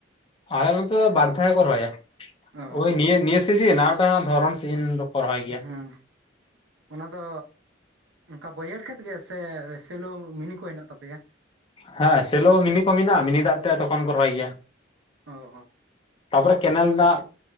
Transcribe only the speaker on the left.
ᱟᱞᱮ ᱱᱚᱛᱚ ᱵᱟᱨ ᱫᱷᱟᱣ ᱜᱮᱠᱚ ᱨᱚᱦᱚᱭᱟ
ᱳᱭ ᱱᱤᱭᱟᱹ ᱱᱤᱭᱟᱹ ᱥᱤᱡᱤᱱ ᱟᱨᱢᱤᱴᱟᱝ ᱫᱷᱚᱨᱚᱱ ᱥᱤᱡᱤᱱ ᱫᱚᱠᱚ ᱨᱚᱦᱚᱭ ᱜᱮᱭᱟ
ᱦᱮᱸ ᱥᱮᱞᱚ ᱢᱤᱱᱤ ᱠᱚ ᱢᱮᱱᱟᱜᱼᱟ ᱢᱤᱱᱤ ᱫᱟᱜ ᱛᱮ ᱛᱚᱠᱷᱚᱱ ᱠᱚ ᱨᱚᱦᱚᱭ ᱜᱮᱭᱟ᱾
ᱛᱟᱯᱚᱨᱮ ᱠᱮᱱᱮᱞ ᱫᱟᱜ